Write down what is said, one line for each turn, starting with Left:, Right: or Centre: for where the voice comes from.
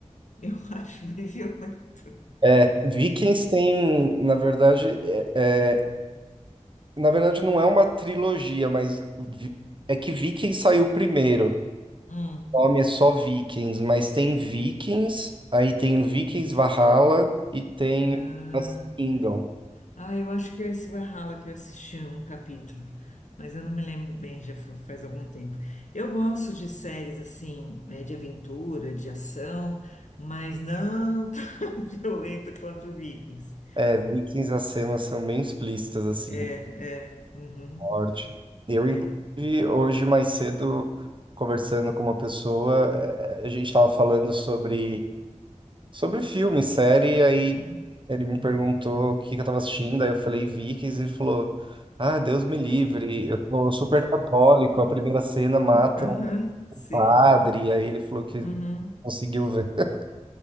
Left: eu <laughs> acho bem violento.
Right: É, Vikings tem, na verdade, é. é Na verdade, não é uma trilogia, mas vi- é que Vikings saiu primeiro.
Left: Hum.
Right: O nome é só Vikings, mas tem Vikings, aí tem o Vikings Valhalla e tem
Left: ah.
Right: o Last Kingdom.
Left: Ah, eu acho que é esse Valhalla que eu assisti um capítulo, mas eu não me lembro bem, já fa- faz algum tempo. Eu gosto de séries assim, eh, de aventura, de ação, mas não <laughs> tão violento quanto Vikings.
Right: É, Vikings as cenas são bem explícitas, assim,
Left: É, é, uhum,
Right: forte. Eu,
Left: é,
Right: inclusive, hoje mais cedo, conversando com uma pessoa, eh, a gente estava falando sobre Sobre filme, série, aí
Left: uhum,
Right: ele me perguntou o que que eu tava assistindo, aí eu falei Vikings e ele falou: Ah, Deus me livre, eu sou super católico, a primeira cena mata
Left: aham,
Right: um
Left: sim.
Right: padre, aí ele falou que
Left: uhum.
Right: conseguiu ver. <laughs>